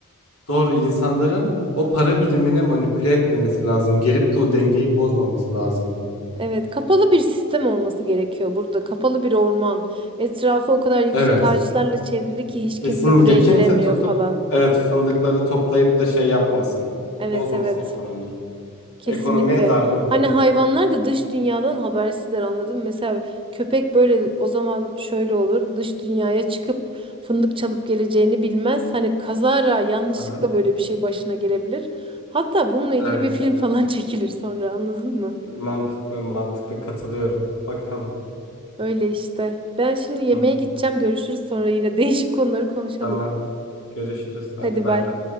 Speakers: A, on the left (about 75°); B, on the right (about 25°).
A: Doğru insanların o para birimine manipüle etmemesi lazım. Gelip de o dengeyi bozmaması lazım.
B: Evet, kapalı bir sistem olması gerekiyor burada. Kapalı bir orman. Etrafı o kadar yüksek
A: Evet.
B: ağaçlarla çevrili ki hiç
A: Kesinlikle
B: kimse buraya
A: kimse
B: giremiyor
A: tutup
B: falan.
A: evet fındıkları toplayıp da şey yapmasın.
B: Evet,
A: Bozmasın
B: evet.
A: ekonomiyi.
B: Kesinlikle.
A: Ekonomiye darbe olurdu.
B: Hani hayvanlar da dış dünyadan habersizler anladın mı? Mesela köpek böyle o zaman şöyle olur. Dış dünyaya çıkıp fındık çalıp geleceğini bilmez. Hani kazara yanlışlıkla
A: Aha.
B: böyle bir şey başına gelebilir. Hatta bununla ilgili
A: Evet.
B: bir film falan <laughs> çekilir sonra anladın mı?
A: Mantıklı mantıklı katılıyorum. Bakalım.
B: Öyle işte. Ben şimdi yemeğe
A: Hı
B: gideceğim.
A: hı.
B: Görüşürüz sonra yine değişik konuları konuşalım.
A: Tamam. Görüşürüz. Hadi
B: Hadi
A: bay
B: bay.
A: bay.